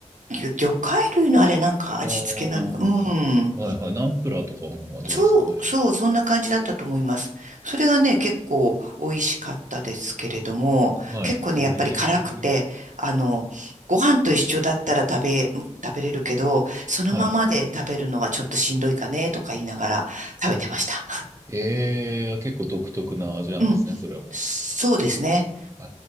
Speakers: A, on the right; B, on the right.
A: う、魚魚介類のあれなんか味付けなのか、
B: ああ、はいはい。
A: うん。
B: ナンプラーとかの味ですかね。
A: そう、そう、そんな感じだったと思います。それがね、結構美味しかったですけれども、
B: はい。
A: 結構ね、
B: へ
A: やっぱり辛くて、
B: え。
A: あの、ご飯と一緒だったら食べ、食べれるけど、そのままで食べるのはちょっとしんどいかね、
B: はい。
A: とか言いながら食べてました。
B: ええ、結構独特な味なんですね、
A: うん、
B: それも。
A: そうですね。
B: え